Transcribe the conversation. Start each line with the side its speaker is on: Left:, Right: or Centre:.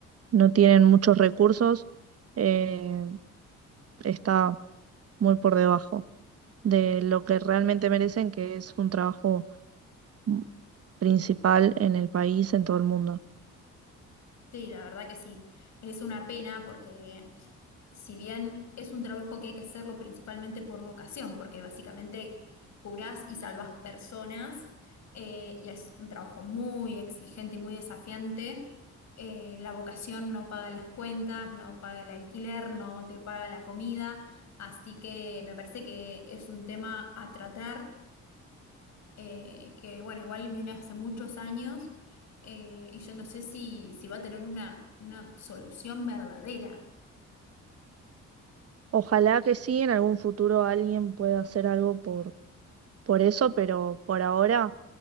Right: no tienen muchos recursos, eh, está muy por debajo de lo que realmente merecen, que es un trabajo mm, principal en el país, en todo el mundo.
Left: Sí, la verdad que sí. Es una pena porque si bien es un trabajo que hay que hacerlo principalmente por vocación, porque básicamente curás y salvás personas, eh, y es un trabajo muy exigente y muy desafiante, eh, la vocación no paga las cuentas, no paga el alquiler, no te paga la comida, así que me parece que es un tema a tratar eh, que bueno, igual viene hace muchos años eh, y yo no sé si, si va a tener una, una solución verdadera.
Right: Ojalá que sí, en algún futuro alguien pueda hacer algo por, por eso, pero por ahora,